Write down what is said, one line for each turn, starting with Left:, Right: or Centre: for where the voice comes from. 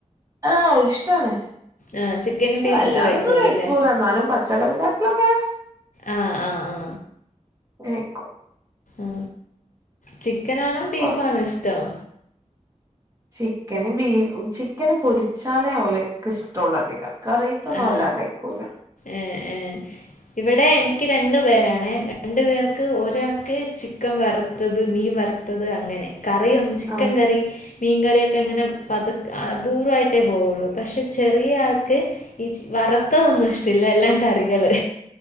Right: ആ ഇഷ്ടാണേ.
Left: ആ ചിക്കനും
Right: പക്ഷെ
Left: ബീഫൊക്കെ
Right: വല്ലാതൊന്നും
Left: കഴിച്ചോളുംല്ലേ?
Right: കഴിക്കൂല, ന്നാലും പച്ചക്കറിയെ കാട്ടിലൊക്കെ
Left: ആ ആ ആ
Right: ആയിക്കോട്ടെ
Left: ആ ചിക്കനാണോ ബീഫാണോ
Right: കൊറ
Left: ഇഷ്ട്ടം
Right: ചിക്കന് ബീഫ് ചിക്കന് പൊരിച്ചാലേ ഓൽക്ക് ഇഷ്ടള്ളൂ അധികം, കറീത്തൊന്നും
Left: ആ.
Right: വല്ലാതെ കഴിക്കൂല.
Left: ഏ ഏ. ഇവിടെ എനിക്ക് രണ്ടു പേരാണ്. രണ്ടു പേർക്ക്, ഒരാൾക്ക് ചിക്കൻ വറുത്തത് മീ ൻ വറുത്തത് അങ്ങനെ. കറിയൊന്നും ചിക്കൻ
Right: ആഹ്
Left: കറി മീൻ കറിയൊക്കെ അങ്ങനെ പതുക്കെ അപൂർവമായിട്ടേ പോവുള്ളൂ. പക്ഷെ ചെറിയ ആൾക്ക് ഈ വറുത്തതൊന്നും ഇഷ്ടില്ല. എല്ലാം കറികള്